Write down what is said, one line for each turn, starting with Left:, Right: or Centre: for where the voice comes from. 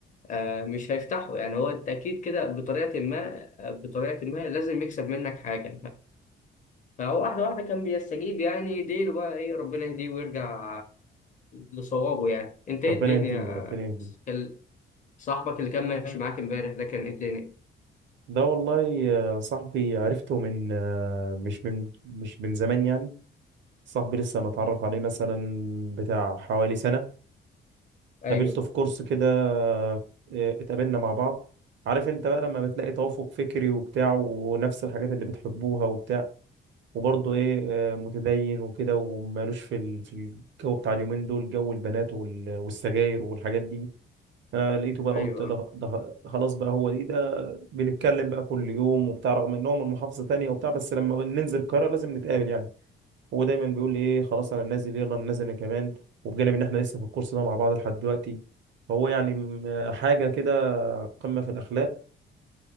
Left: آه، مش هيفتحه يعني هو أنت أكيد كده بطريقة ما بطريقة ما لازم يكسب منك حاجة فهو واحدة واحدة كان بيستجيب يعني يديله بقى إيه ربنا يهديه ويرجع لصوابه يعني أنت
Right: ربنا
Left: إيه الدنيا
Right: يهديه ربنا يهديه
Left: كان صاحبك اللي كان ماشي معاك إمبارح ده كان إيه الدنيا؟
Right: ده والله يا صاحبي عرفته من آه، مش من مش من زمان يعني صاحبي لسه متعرف عليه مثلا بتاع حوالي سنة
Left: أيوه
Right: قابلته في كورس كده إيه، اتقابلنا مع بعض عارف انت بقى لما بتلاقي توافق فكري وبتاع ونفس الحاجات اللي بتحبوها وبتاع وبرضه ايه آه، متدين وكده ومالوش في ال- في الجو بتاع اليومين دول جو البنات وال- والسجاير والحاجات دي انا لقيته بقى
Left: أيوه
Right: قلت لا، ده خلاص بقى هو دي ده بنتكلم بقى كل يوم وبتاع رغم ان هو من محافظة تانية وبتاع بس لما ننزل القاهرة لازم نتقابل يعني هو دايما بيقول لي ايه خلاص انا نازل يلا انا نازل انا كمان وبجانب ان احنا لسه في الكورس ده مع بعض لحد دلوقتي فهو يعني م- حاجه كده قمه في الاخلاق